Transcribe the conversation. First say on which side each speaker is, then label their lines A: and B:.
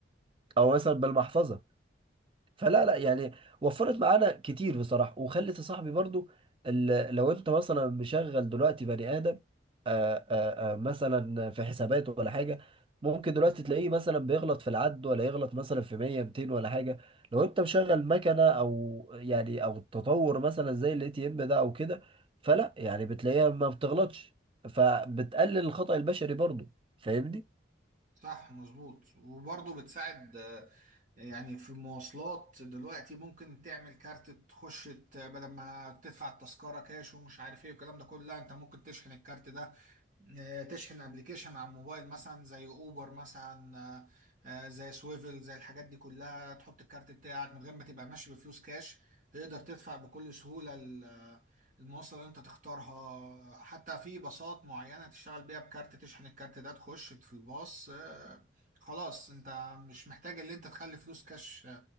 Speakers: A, on the right; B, on the right.
A: او مثلا بالمحفظة فلا لا يعني وفرت معانا كتير بصراحة وخلت يا صاحبي برضو ال- لو انت مثلا مشغل دلوقتي بني آدم آآ آآ مثلا في حساباته ولا حاجة ممكن دلوقتي تلاقيه مثلا بيغلط في العد ولا يغلط مثلا في 100 200 ولا حاجة لو انت مشغل مكنة او يعني او التطور مثلا زي الاي تي ام ده او كده فلا يعني بتلاقيها ما بتغلطش فبتقلل الخطأ البشري برضو فاهمني
B: صح مظبوط وبرضه بتساعد آه، يعني في المواصلات دلوقتي ممكن تعمل كارت تخش ت- بدل ما تدفع التذكرة كاش ومش عارف ايه والكلام ده كله لا انت ممكن تشحن الكارت ده آه، تشحن ابلكيشن على الموبايل مثلا زي اوبر مثلا آه، آه، زي سويفل زي الحاجات دي كلها تحط الكارت بتاعك من غير ما تبقى ماشي بفلوس كاش تقدر تدفع بكل سهولة المواصلة اللي انت تختارها حتى في باصات معينة تشتغل بيها بكارت تشحن الكارت ده تخش في الباص آه، خلاص انت مش محتاج ان انت تخلي فلوس كاش